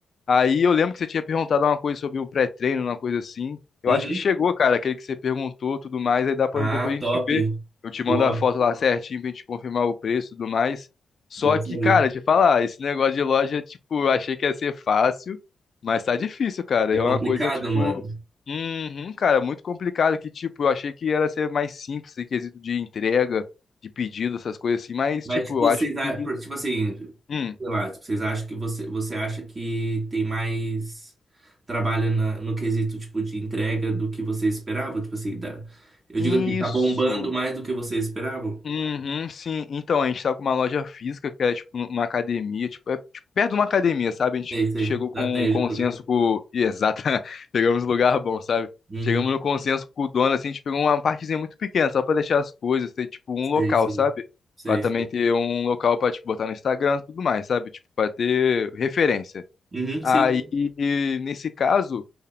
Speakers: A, on the left; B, on the right.
A: Aí eu lembro que você tinha perguntado uma coisa sobre o pré-treino, uma coisa assim. Eu
B: Uhum.
A: acho que chegou, cara, aquele que você perguntou, tudo mais, aí dá pra
B: Ah,
A: depois a
B: top.
A: gente ver. Eu te
B: Boa.
A: mando a foto lá certinho pra gente confirmar o preço e tudo mais. Só
B: Bom
A: que,
B: saber.
A: cara, te falar, esse negócio de loja, tipo, eu achei que ia ser fácil, mas tá difícil, cara.
B: É
A: É
B: complicado,
A: uma coisa, tipo,
B: mano.
A: uhum, cara, muito complicado que, tipo, eu achei que era ser mais simples em quesito de entrega, de pedido, essas coisas assim, mas,
B: Mas,
A: tipo,
B: tipo,
A: eu
B: vocês,
A: acho
B: a-
A: que.
B: por- tipo assim,
A: Hum,
B: sei lá, tipo, vocês acham que você, você acha que tem mais trabalho na- no quesito, tipo, de entrega do que você esperava? Tipo assim, dá- eu
A: isso.
B: digo assim, tá bombando mais do que você esperava?
A: Uhum, sim. Então, a gente tá com uma loja física, que é tipo uma academia, tipo, é tipo, perto de uma academia, sabe? A gente
B: Sei, sei.
A: chegou
B: Estratégico,
A: com um consenso
B: né?
A: com. Ih, Exato, <laughs> pegamos lugar bom, sabe?
B: Uhum.
A: Chegamos no consenso com o dono, assim, a gente pegou uma partezinha muito pequena, só pra deixar as coisas, ter tipo um
B: Sei,
A: local,
B: sei.
A: sabe?
B: Sei,
A: Pra também
B: sei.
A: ter um local pra, tipo, botar no Instagram e tudo mais, sabe? Tipo, pra ter referência.
B: Uhum,
A: Aí,
B: sim. sim.
A: e nesse caso